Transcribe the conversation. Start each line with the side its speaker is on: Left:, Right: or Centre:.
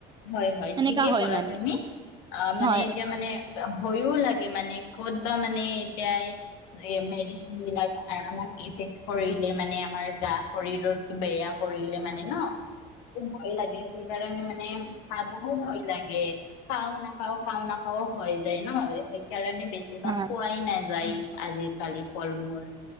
Left: হয় হয়
Right: এনেকা
Left: ঠিকেই
Right: হয়
Left: ক'লা
Right: মানে
Left: তুমি অ মানে
Right: হয়
Left: এতিয়া মানে ভয়ও লাগে মানে ক'ত বা মানে এতিয়া মেডিচিন বিলাক আমাক ইফেক্ট কৰিলে মানে আমাৰ গা শৰীৰতটো বেয়া কৰিলে মানে ন সটো ভয় লাগে সেইকাৰণ মানে খাব ভয় লাগে খাও নাখাও খাও নাখাও হয় যায় নহয় স স কাৰণে বেছিভাগ
Right: হয়
Left: পোৱাই নাযায় আজ কালিয় ফল মূল